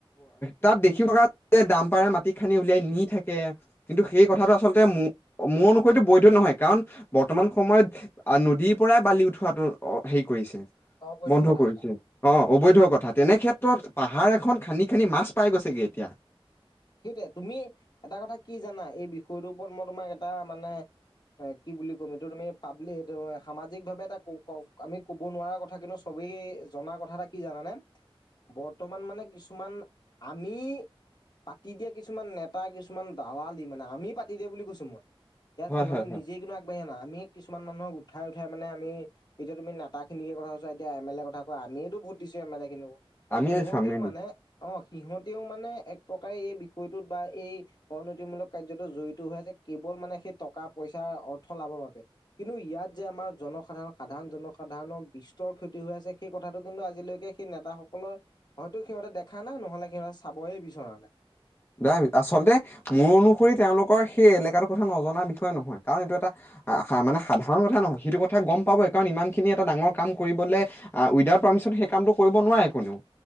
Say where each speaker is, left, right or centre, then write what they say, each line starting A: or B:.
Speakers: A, on the left; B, on the left.
A: তাত দেখিবা দাম পাৰে মাটি খানি উলিয়াই নি থাকে। কিন্তু সেই কথাটো আচলতে মো-মোৰ অনুসৰিতো বৈধ নহয় কাৰণ বৰ্তমান সময়ত নদীৰ পৰাই বালি উঠোৱাাতটো অ' হেৰি কৰিছে।
B: অবৈধ
A: বন্ধ
B: কথা
A: কৰিছে
B: এটা।
A: অ', অবৈধ কথা তেনে ক্ষেত্ৰত পাহাৰ এখন খান্দি খান্দি মাছ পাই গৈছেগে এতিয়া।
B: সেইটোৱে তুমি এটা কথা কি জানা এই বিষয়টোৰ ওপৰত মই তোমাক এটা মানে কি বুলি ক'ম এইটো তুমি পাব্লিক সামাজিক ভাৱে এটা আমি কব নোৱাৰা কথা কিন্তু চ ত জনা কথা এটা কি জানানে? বৰ্তমান মানে কিছুমান আমি পাতি দিয়া কিছুমান নেতা কিছুমান দালাল দি মানে আমি পাতি দিয়ে বুলি কৈছো মই। ইয়াত
A: হয়
B: সিহঁতে
A: হয় হয়
B: নিজেই কিন্তু আগবঢ়া ন আমি কিুমান মানুহক উঠাই উঠাই মানে আমি এতিয়া তুমি নেতখিকে কথাোৱাছা এতিয়া এ ক আমিয়েতো ভোট দিছোঁ এম এল এখিনিকো
A: আমি
B: সিহঁতেও
A: চামেই দিম।
B: মানে অ', সিহতেও মানে এক প্ৰকাৰে এই বিষয়টোত বা এই অনীতিমূলক কাৰ্যতো জড়িত হৈ আছে কেৱল মানে সেই টকা পইচাৰ অৰ্থ লাভৰ বাবে, কিন্তু ইয়াত যে আমাৰ জনসাধাৰণ সাধাৰণ জনসাধাৰণৰ বিস্তৰ ক্ষতি হৈ আছে। সেই কথাটো কিন্তু আজিলৈকে সেই নেতাসকলৰ হয়তো সিহঁতে দেখা নাই নহলে সিহঁতে চাবয়ে বিচৰা নাই
A: দা আচলতে মোৰ অনুসৰি তেওঁলোকৰ সেই এলেকাটোৰ কথা নজননা বিষয়ে নহয়, কাৰণ এইটো এটা মানে সাধাৰণ কথা নহয় সেইটো কথা গম পাব কাৰণ ইমান খিনি এটা ডাঙৰ কাম কৰিব উইডাউট পাৰমিছন পিছত সেই কামটো কৰিব নোৱাৰে কোনেও